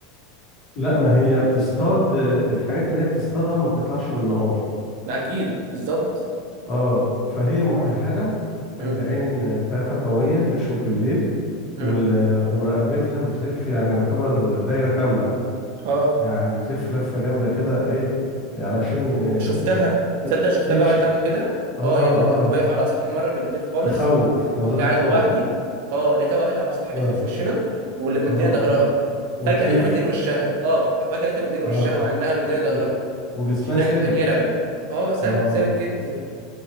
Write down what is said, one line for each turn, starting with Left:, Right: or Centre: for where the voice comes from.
Left: لا ما هي بتصطاد الحاجات اللي هي بتصطادها ما بتطلعش بالنهار
Right: لا اكيد بالظبط
Left: اه فهي مؤهلة
Right: مم.
Left: العين بتاعتها قوية بتشوف بالليل
Right: مم.
Left: وال... ورقبتها بتلف يعني يعتبر دايرة كاملة
Right: اه
Left: يعني بتلف لفة جامدة كده ايه علشان
Right: شفتها
Left: ت-
Right: تصدق شفتها
Left: تكش
Right: بقى وهي
Left: اه
Right: بتعمل كده
Left: اه
Right: اه يعني انا كنت واقف على سطح مره بالليل خالص
Left: تخوف منظرها
Right: كنت قاعد
Left: يخوف
Right: لوحدي اه لقيتها وقفت على سطح بيت
Left: اه
Right: اللي في وشنا ومديني
Left: اه
Right: ظهرها
Left: وتلف
Right: فجاه لقيتها مديني وشها اه فجاه لقيتها مديني وشها
Left: اه
Right: مع انها مديني
Left: و... و...
Right: ظهرها
Left: وجسمها
Right: شكلها
Left: ثابت
Right: كان يرعب اه ثابت
Left: اه
Right: ثابت جدا